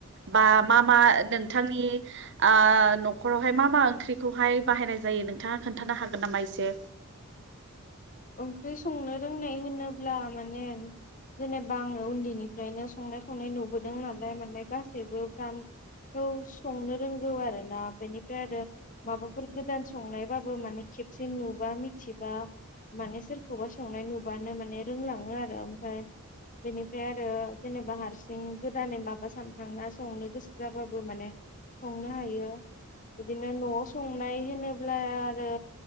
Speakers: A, on the right; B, on the left.
A: बा मा मा नोंथांनि ओ न'खरावहाय मा मा ओं ओंख्रिखौहाइ बाहायनाय जायो नोंथाङा खोन्थानो हागोन नामा एसे?
B: ओंख्रि संनो रोंनाय होनोब्ला माने जेनेबा आङो उन्दैनिफ्रायनो संनाय खावनाय नुबोदों नालाय माने गासैबो फ्राम खौ संनो रोंगौ आरोना बेनिफ्राय आरो माबाफोर गोदान संनायबाबो माने खेबसे नुबा मिथिबा माने सोरखौबा संनाय नुबानो माने रोंलाङो आरो ओमफ्राय बेनिफ्राय आरो जेनेबा हारसिं गोदानै माबा सानखांना संनो गोसो जाबाबो माने संनो हायो। बिदिनो न'आव संनाय होनोब्ला आरो